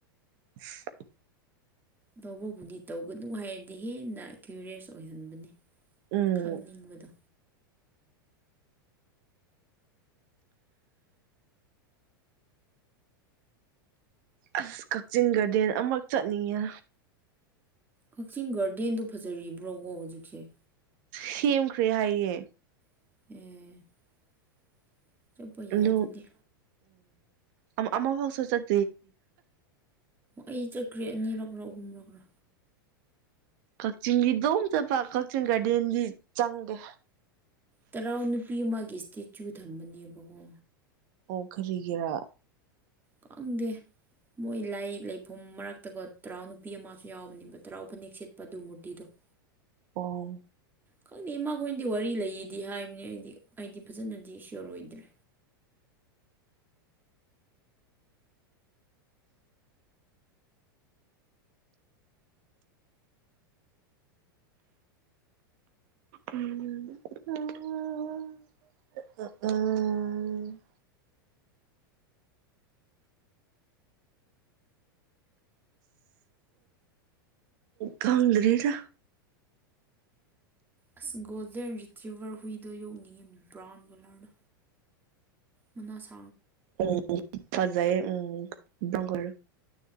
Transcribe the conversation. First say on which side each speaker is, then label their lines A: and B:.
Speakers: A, on the right; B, on the right.
A: <unintelligible>
B: ꯇꯧꯕꯕꯨꯗꯤ ꯇꯧꯒꯅꯨ ꯍꯥꯏꯔꯗꯤ ꯍꯦꯟꯅ ꯀ꯭ꯌꯨꯔꯦꯁ ꯑꯣꯏꯍꯟꯕꯅꯤ
A: ꯎꯝ
B: ꯈꯪꯅꯤꯡꯕꯗꯣ
A: ꯑꯁ ꯀꯛꯆꯤꯡ ꯒꯥꯔꯗꯦꯟ ꯑꯃꯨꯛ ꯆꯠꯅꯤꯡꯉꯦ
B: ꯀꯛꯆꯤꯡ ꯒꯥꯔꯗꯦꯟꯗꯨ ꯐꯖꯔꯤꯕ꯭ꯔꯣꯀꯣ ꯍꯧꯖꯤꯛꯁꯦ
A: ꯁꯦꯝꯈꯔꯤ ꯍꯥꯏꯌꯦ
B: ꯑꯦ ꯆꯠꯄ ꯌꯥꯏ
A: ꯑꯗꯨ
B: ꯑꯗꯨꯗꯤ
A: ꯎꯝ ꯑꯃ ꯇꯛꯁꯨ ꯆꯠ
B: ꯑꯩ ꯆꯠꯈꯦ ꯅꯤꯔꯛꯔꯥ ꯍꯨꯝꯔꯛꯔ
A: ꯀꯛꯆꯤꯡꯒꯤꯗꯣꯝ ꯆꯠꯄ ꯀꯛꯆꯤꯡ ꯒꯥꯔꯗꯦꯟꯗꯤ ꯆꯪꯗꯦ
B: ꯇꯔꯥꯎ ꯅꯨꯄꯤ ꯑꯃꯒꯤ ꯏꯁꯇꯦꯆꯨ ꯊꯝꯕꯅꯦꯕꯀꯣ
A: ꯑꯣ ꯀꯔꯤ ꯒꯤꯔꯥ
B: ꯈꯪꯗꯦ ꯃꯣꯏ ꯂꯥꯏ ꯂꯩꯐꯝ ꯃꯔꯛꯇꯀꯣ ꯇꯔꯥꯎ ꯅꯨꯄꯤ ꯑꯃꯁꯨ ꯌꯥꯎꯕꯅꯦꯕ ꯇꯔꯥꯎ ꯐꯅꯦꯛ ꯁꯤꯠꯄ ꯑꯗꯨ ꯃꯨꯔꯇꯤꯗꯣ <inaudible>
A: ꯑꯣ
B: ꯈꯪꯗꯦ ꯏꯃꯥꯈꯣꯏꯅꯗꯤ ꯋꯥꯔꯤ ꯂꯩꯌꯦꯗꯤ ꯍꯥꯏꯕꯅꯤ ꯑꯩꯗꯤ ꯑꯩꯗꯤ ꯐꯖꯅꯗꯤ ꯏꯁꯌꯣꯔ ꯑꯣꯏꯗ꯭ꯔꯦ
A: ꯎꯝ ꯑ ꯎꯝ ꯈꯪꯗꯔꯤꯗ
B: ꯑꯁ ꯒꯣꯜꯗꯦꯟ ꯔꯤꯇ꯭ꯤꯚꯔ ꯍꯨꯏꯗꯣ ꯌꯣꯛꯅꯤꯡꯉꯤ ꯕ꯭ꯔꯥꯎꯟ ꯀꯂꯔꯗꯣ ꯃꯅꯥꯁꯛ
A: ꯎꯝ ꯐꯖꯥꯏ ꯎꯝ ꯅꯥꯀꯣꯏꯔꯣ